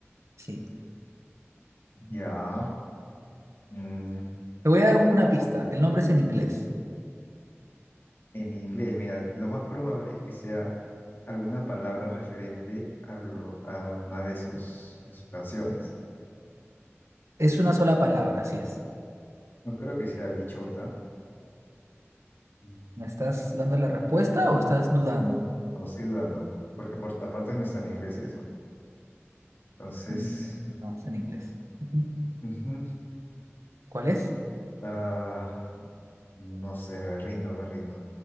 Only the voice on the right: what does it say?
Sí.
Te voy a dar una pista. El nombre es en inglés.
Es una sola palabra, así es.
¿Me estás dando la respuesta o estás dudando?
Mm, no, es en inglés. Ujú.
¿Cuál es?